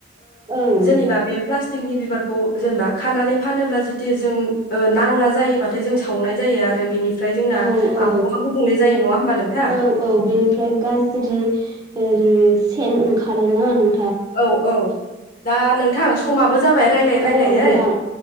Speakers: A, on the right; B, on the left.
A: औ नोंथां
B: जेनेबा बे प्लास्टिकनि बिबारखौ जेनेबा खानानै फानोब्ला जुतु जों नांला जायोबा नाथाय जों सावनाय जायो आरो बेनिफ्राय जोंना
A: औ औ
B: आबौावा गुबुंले जायो नङा होमबा नोंथां
A: औ औ बेनिफ्राय गाज्रि र सेन ओंखारोना नों
B: औ औ दा नोंथां समाबो जाबाय रायजलायै रायजलायै
A: औ नोंथां